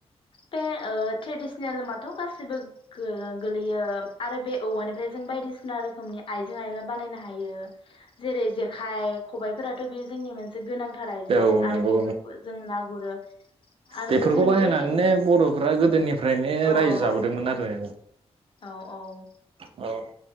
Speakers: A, on the left; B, on the right.
A: बे ओ ट्रेडिसनेल होनबाथ' गासिबो गोलैयो आरो बे औवानिफ्राय जों बायदिसिना रोखोमनि आइजें आइला बानायनो हायो जेरै जेखाइ खबाइफोराथ' बेयो जोंनि मोनसे गोनां थार आइजें
B: औ
A: आरो
B: नंगौ
A: बेफोरखौ जों ना गुरो। आरो
B: बेफोरखौ
A: जों
B: बाहायनानैनो
A: बे
B: बर'फ्रा गोदोनिफ्रायनो
A: औ
B: रायजो
A: औ
B: जाबोदोंमोन आरो
A: औ औ
B: औ